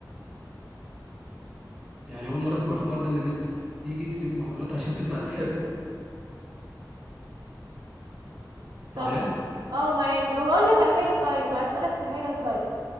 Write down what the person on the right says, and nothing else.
طب
اه معاك طب هقول لك على حاجة طيب عايز اسألك في حاجة طيب